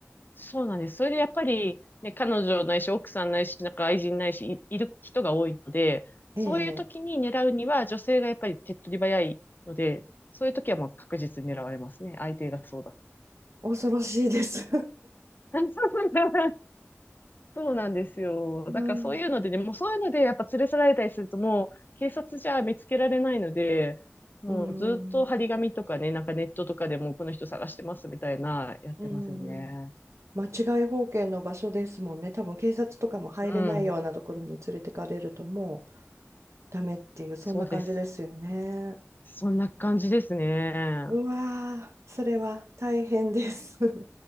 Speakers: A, on the left; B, on the right.
A: そうなんです。それでやっぱり、ね、彼女ないし、奥さんないし、なんか愛人ないし、い、いる人が多いので、
B: ええ、
A: そういう時に狙うには、女性がやっぱり手っ取り早いので、そういう時はもう確実に狙われますね。相手がそうだ。
B: 恐ろしいです。
A: <laughs> そうなんですよ。
B: <laughs> まあ、
A: だからそういうのでね、
B: <laughs>
A: もうそういうのでやっぱ連れ去られたりすると、もう警察じゃ見つけられないので、もうずっと張り紙とかね、
B: うん、
A: なんかネットとかでもうこの人探してますみたいな、やってますよね。
B: うん。間違い保険の場所ですもんね。多分警察とかも入れないようなところに連れてかれるとも
A: うん、
B: ダメっていう、そんな感じですよね。
A: そうです。そんな感じですね。
B: うわー、それは大変です。<laughs>